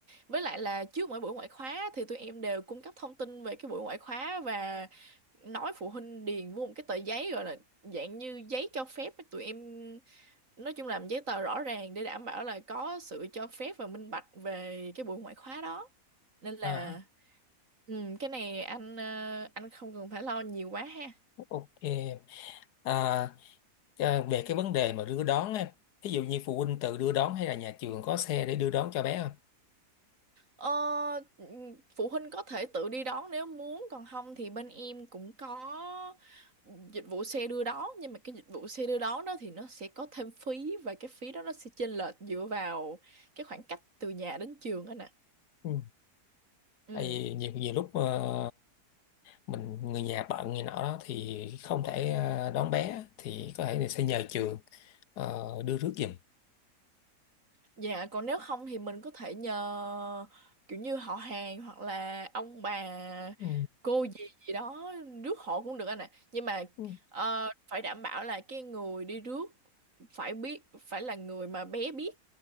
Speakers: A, on the right; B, on the left.
A: Với lại là trước mỗi buổi ngoại khóa thì tụi em đều cung cấp thông tin về cái buổi ngoại khóa và nói phụ huynh điền vô một cái tờ giấy gọi là dạng như giấy cho phép á, tụi em nói chung làm giấy tờ rõ ràng để đảm bảo là có sự cho phép và minh bạch về cái buổi ngoại khóa đó. Nên là
B: À,
A: ừ, cái này anh ờ, anh không cần phải lo nhiều quá ha.
B: ok. À, à, về cái vấn đề mà đưa đón em, ví dụ như phụ huynh tự đưa đón hay là nhà trường có xe để đưa đón cho bé không?
A: Ờ, ừm, phụ huynh có thể tự đi đón nếu muốn còn không thì bên em cũng có dịch vụ xe đưa đón nhưng mà cái dịch vụ xe đưa đón đó thì nó sẽ có thêm phí và cái phí đó nó sẽ chênh lệch dựa vào cái khoảng cách từ nhà đến trường đó nè
B: Ừ.
A: ừ
B: tại vì nhiều, nhiều lúc ờ, mình người nhà bận gì nọ đó thì không thể ờ, đón bé thì có thể là sẽ nhờ trường ờ, đưa rước giùm
A: Dạ còn nếu không thì mình có thể nhờ kiểu như họ hàng hoặc là ông bà
B: ừ.
A: cô gì gì đó rước hộ cũng được anh ạ. Nhưng mà
B: Ừ.
A: ờ, phải đảm bảo là cái người đi rước phải biết phải là người mà bé biết.